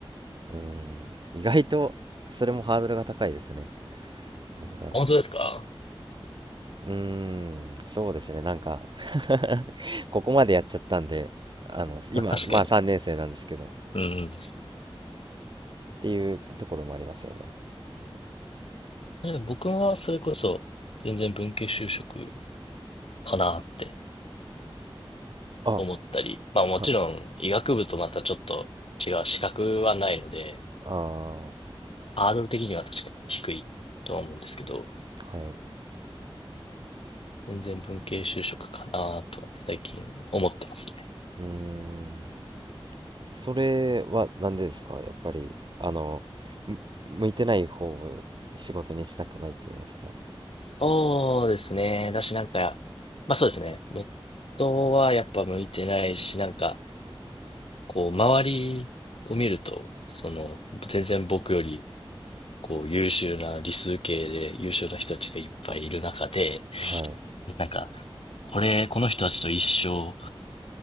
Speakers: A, on the right; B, on the left.
A: うーん、意外と、それもハードルが高いですね。どうだろ
B: 本当ですか
A: う。うーん、そうですね。なんか <laughs> ここまでやっちゃったんで、あの、今、
B: まあ確かに。
A: まあ3年生なんですけど、っ
B: うん、
A: ていうところもありますよね。
B: うん。でも僕はそれこそ全然文系就職かなって。
A: あ、
B: 思ったり、まあもちろん医学部とまたちょっと違う資格はないので、
A: はい。ああ、は
B: ハードル的には確かに低いとは思うんですけど、
A: い。
B: 全然文系就職かなとは最近思ってますね。
A: うーんそれはなんでですかやっぱりあのむ向いてない方を仕事にしたくないと言いますか
B: そうですね。だしなんか、まあそうですね。元はやっぱ向いてないし、なんか、こう周りを見ると、その全然僕よりこう優秀な理数系で優秀な人たちがいっぱいいる中で、
A: はい
B: なんか、これ、この人たちと一生